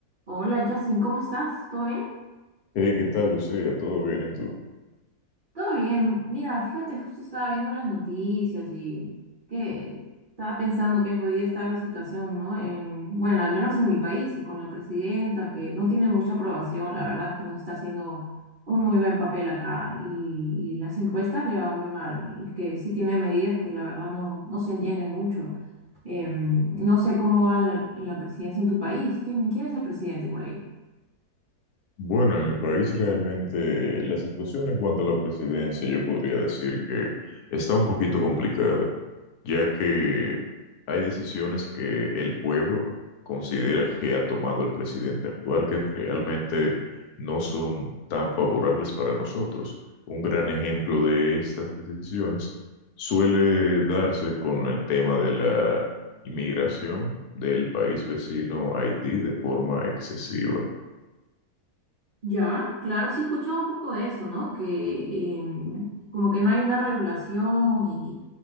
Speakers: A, on the right (about 50°); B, on the left (about 75°).
A: Hola, Justin, ¿cómo estás? ¿Todo bien?
B: Hey, ¿qué tal, Lucía? ¿Todo bien en tú?
A: Todo bien. Mira, fíjate, justo estaba viendo las noticias y que estaba pensando que podía estar la situación, ¿no? En- bueno, al menos en mi país, con la presidenta, que no tiene mucha aprobación, la verdad es que no está haciendo un muy buen papel acá y, y las encuestas le va muy mal. Es que sí tiene medidas que la verdad no, no se entiende mucho. Em, no sé cómo va la, la presidencia en tu país. ¿Quién, quién es el presidente por ahí?
B: Bueno, en mi país realmente la situación en cuanto a la presidencia, yo podría decir que está un poquito complicada. ya que hay decisiones que el pueblo considera que ha tomado el presidente actual que realmente no son tan favorables para nosotros. Un gran ejemplo de estas decisiones suele darse con el tema de la inmigración del país vecino Haití de forma excesiva.
A: Ya, claro, sí he escuchado un poco de eso, ¿no? Que em, como que no hay una regulación y,